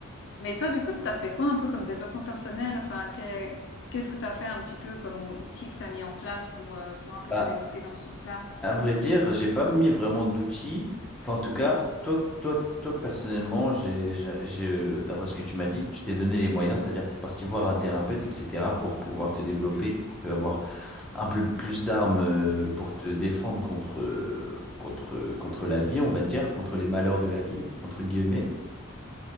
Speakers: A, on the left (about 60°); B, in the centre.
A: Mais toi, du coup, t'as fait quoi un peu comme développement personnel? Enfin, que- qu'est-ce que t'as fait un petit peu comme outil que t'as mis en place pour, euh, pour un peu
B: Bah,
A: te développer dans ce sens-là?
B: À vrai dire, j'ai pas mis vraiment d'outils. Enfin, en tout cas, toi, toi, toi personnellement, j'ai, j'ai, j'ai- d'après ce que tu m'as dit, tu t'es donné les moyens, c'est-à-dire tu es parti voir un thérapeute, etc., pour pouvoir te développer,
A: Mm.
B: pour avoir un peu plus d'armes euh, pour te défendre contre, euh, contre, contre la vie, on va dire, contre les malheurs de la vie, entre guillemets.